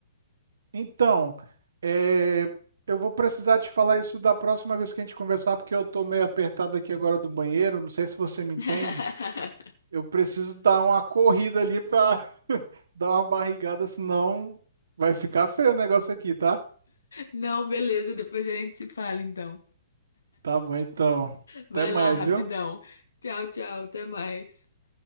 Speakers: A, on the right; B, on the left.
A: Então, é, eu vou precisar te falar isso da próxima vez que a gente conversar, porque eu tô meio apertado aqui agora do banheiro. Não sei se você
B: <laughs>
A: me entende. Eu preciso dar uma corrida ali pra <laughs> dar uma barrigada, senão vai ficar feio o negócio aqui, tá?
B: Não, beleza, depois a gente se fala, então.
A: Tá bom, então.
B: Vai
A: Até mais,
B: lá, rapidão.
A: viu?
B: Tchau, tchau, até mais.